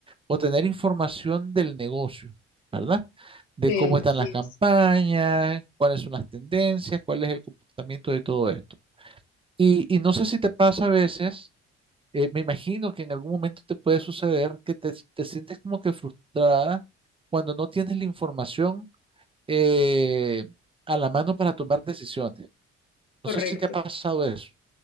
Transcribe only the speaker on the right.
o tener información del negocio, ¿verdad? De
cómo están
las campañas,
cuáles son las tendencias, cuál es el comportamiento de todo esto. Y, y no sé si te pasa a veces eh, me imagino que en algún momento te puede suceder que te, te sientes como que frustrada cuando no tienes la información eh, a la mano para tomar decisiones.
No sé si te ha pasado eso,